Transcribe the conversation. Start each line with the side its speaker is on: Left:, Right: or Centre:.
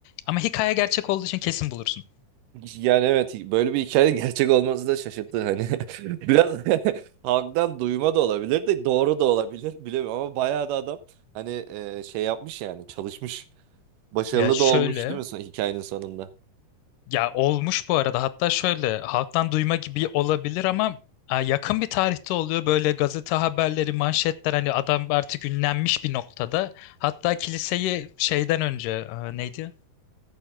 Left: Ama hikaye gerçek olduğu için kesin bulursun.
Right: Yani evet böyle bir hikayenin gerçek olması da şaşırttı hani. <laughs> Biraz <laughs> halktan duyma da olabilir de doğru da olabilir bilemiyorum ama bayağı da adam hani e, şey yapmış yani çalışmış. Başarılı
Left: Ya şöyle
Right: da olmuş değil mi son- hikayenin sonunda?
Left: Ya olmuş bu arada hatta şöyle halktan duyma gibi olabilir ama e, yakın bir tarihte oluyor böyle gazete haberleri manşetler hani adam artık ünlenmiş bir noktada hatta kiliseyi şeyden önce e, neydi